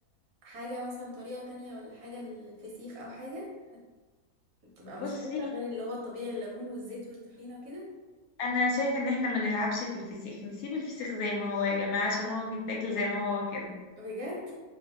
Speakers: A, on the right; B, on the left.
A: حاجة مثلا طريقة تانية ولا حاجة للفسيخ او حاجة تبقى
B: بصي
A: مختلفة غير اللي هو الطبيعي الليمون والزيت والطحينة كده
B: انا شايفه ان احنا ما نلعبش في الفسيخ نسيب الفسيخ زي ما هو يا جماعه عشان هو بيتاكل زي ما هو كده
A: بجد